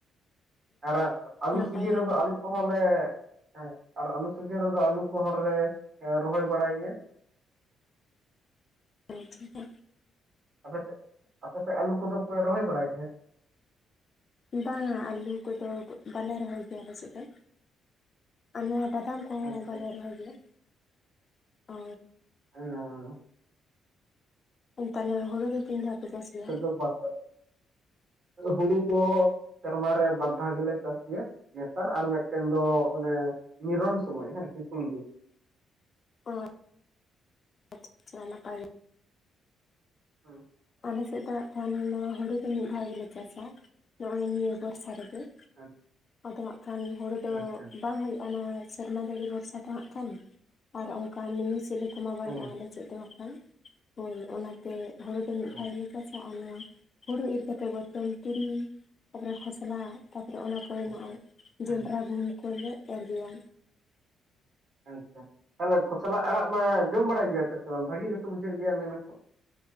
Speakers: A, on the right; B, on the left.
A: ᱟᱨ ᱟ. ᱞᱩ
B: ᱱᱟᱯᱟᱭ
A: ᱥᱤᱡᱤᱱ
B: ᱜᱮ
A: ᱨᱮᱫᱚ ᱟᱞᱩ ᱠᱚ᱾ ᱦᱚᱸᱞᱮ ᱦᱮᱸ ᱟᱨ ᱟᱞᱩ ᱥᱤᱡᱤᱱ ᱨᱮᱫᱚ ᱟᱞᱩ ᱠᱚᱦᱚᱨᱞᱮ ᱨᱚᱦᱚᱭ ᱵᱟᱲᱟᱭ ᱜᱮᱭᱟ᱾
B: ᱚᱞᱪᱤᱠᱤ ᱠᱚ᱾
A: ᱟᱯᱮ ᱥᱮᱫ ᱟᱯᱮᱥᱮᱫ ᱟᱞᱩ ᱠᱚᱫᱚ ᱯᱮ ᱨᱚᱦᱚᱭ ᱵᱟᱲᱟᱭ ᱜᱮᱭᱟ?
B: ᱵᱟᱝᱟ ᱟᱹᱞᱩ ᱠᱚᱫᱚ ᱵᱟᱞᱮ ᱨᱚᱦᱚᱭ ᱜᱮᱭᱟ, ᱟᱞᱮ ᱥᱮᱫ ᱫᱚ ᱟᱨ ᱱᱚᱣᱟ ᱵᱟᱫᱟᱢ ᱚ
A: ᱟᱪᱪᱷᱟ
B: ᱵᱟᱞᱮ ᱨᱚᱦᱚᱭ ᱜᱮᱭᱟ ᱚᱻ᱾
A: ᱦᱮᱸᱻᱚᱻ᱾
B: ᱛᱟᱦᱞᱮ ᱦᱩᱲᱩ ᱫᱚ ᱛᱤᱱ ᱫᱷᱟᱣ ᱯᱮ ᱪᱟᱥ ᱜᱮᱭᱟ?
A: <unintelligible> ᱵᱟᱨ ᱫᱷᱟᱳ᱾ ᱦᱩᱲᱩ ᱫᱚ ᱥᱮᱨᱢᱟ ᱨᱮ ᱵᱟᱨᱫᱷᱟᱣ ᱜᱮᱞᱮ ᱪᱟᱥ ᱜᱮᱭᱟ᱾ ᱱᱮᱛᱟᱨ ᱟᱨ ᱢᱤᱫᱴᱮᱱ ᱫᱚ ᱚᱱᱮ ᱱᱤᱨᱚᱱ ᱥᱚᱢᱚᱭ ᱦᱮᱸ ᱥᱤᱛᱩᱝ ᱫᱤᱱ᱾
B: ᱚ ᱟᱪᱪᱷᱟ ᱟᱪᱪᱷᱟ ᱱᱟᱯᱟᱭ ᱜᱮ᱾
A: ᱦᱩᱸ᱾
B: ᱟᱞᱮ ᱥᱮᱫ ᱫᱚ ᱦᱟᱸᱜᱠᱷᱟᱱ ᱱᱚᱣᱟ ᱦᱩᱲᱩ ᱫᱚ ᱢᱤᱫ ᱫᱷᱟᱣ ᱜᱮᱞᱮ ᱪᱟᱥᱟ ᱱᱚᱜᱼᱚᱭ ᱱᱤᱭᱟᱹ ᱵᱚᱨᱥᱟ ᱨᱮᱫᱚ᱾
A: ᱟᱪᱪᱷᱟ
B: ᱟᱫᱚ ᱦᱟᱸᱜ ᱠᱷᱟᱱ ᱦᱩᱲᱳ ᱫᱚ
A: ᱟᱪᱪᱷᱟ
B: ᱵᱟᱝ ᱦᱩᱭᱩᱜᱼᱟ ᱱᱚᱣᱟ ᱥᱮᱨᱢᱟ ᱫᱟᱹᱲᱤ ᱵᱷᱚᱨᱥᱟ ᱛᱚᱦᱟᱸᱜ ᱠᱷᱟᱱ ᱟᱨ ᱚᱱᱠᱟ ᱢᱤᱢᱤᱱᱤ ᱥᱮᱞᱳ ᱠᱚᱢᱟ ᱵᱟ.
A: ᱦᱮᱸ
B: ᱱᱩᱜᱼᱟ ᱚᱸᱰᱮ᱾ ᱪᱮᱫ ᱫᱚ ᱦᱟᱜᱠᱷᱟᱱ ᱦᱳᱭ ᱚᱱᱟᱛᱮ ᱦᱳᱲᱩ ᱫᱚ ᱢᱤᱫ
A: ᱟᱪᱪᱷᱟ
B: ᱫᱷᱟᱣᱜᱮᱞᱮ ᱪᱟᱥᱼᱟ᱾ ᱦᱩᱲᱩ ᱤᱨ ᱠᱟᱛᱮ ᱵᱚᱨᱪᱚᱱ ᱛᱩᱲᱤ ᱛᱟᱯᱚᱨᱮ ᱠᱷᱚᱥᱞᱟ ᱛᱟᱯᱚᱨ ᱚᱱᱟ
A: ᱟᱪᱪᱷᱟ
B: ᱱᱚᱜᱼᱚᱭ ᱡᱚᱸᱱᱰᱨᱟ
A: ᱦᱮᱸ
B: ᱜᱩᱦᱩᱢ ᱠᱚᱞᱮ ᱮᱨᱜᱮᱭᱟ᱾
A: ᱦᱮᱸᱦᱮᱸ ᱛᱟᱦᱚᱞᱮ ᱠᱷᱚᱥᱞᱟ ᱟᱲᱟᱜ ᱢᱟ ᱡᱚᱢ ᱵᱟᱲᱟᱭ ᱜᱮᱭᱟ ᱯᱮ ᱥᱮ ᱵᱟᱝ ᱵᱷᱟᱹᱜᱤ ᱜᱮᱛᱚ ᱵᱩᱡᱷᱟᱹᱜ ᱜᱮᱭᱟ ᱢᱮᱱᱟᱠᱚ?